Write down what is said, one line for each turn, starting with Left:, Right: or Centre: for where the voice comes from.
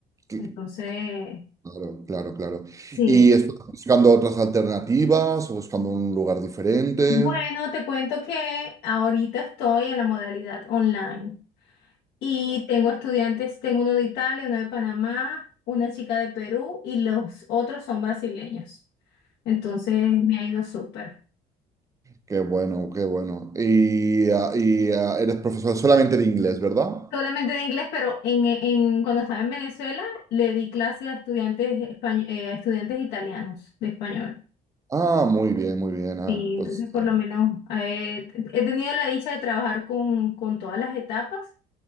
Right: que-
Left: Entonces,
Right: claro, claro, claro.
Left: sí.
Right: ¿Y estás buscando otras alternativas o buscando un lugar diferente?
Left: Bueno, te cuento que ahorita estoy en la modalidad online y tengo estudiantes, tengo uno de Italia, uno de Panamá, una chica de Perú y los otros son brasileños. Entonces me ha ido súper.
Right: Qué bueno, qué bueno. Y, ah, y, ah, eres profesor solamente de inglés, ¿verdad?
Left: Solamente de inglés, pero en, en- cuando estaba en Venezuela le di clase a estudiantes, españ- eh, a estudiantes italianos de español.
Right: Ah, muy bien, muy bien. Ah,
Left: Sí, entonces
Right: pues,
Left: por
Right: eh,
Left: lo menos eh, he he tenido la dicha de trabajar con, con todas las etapas,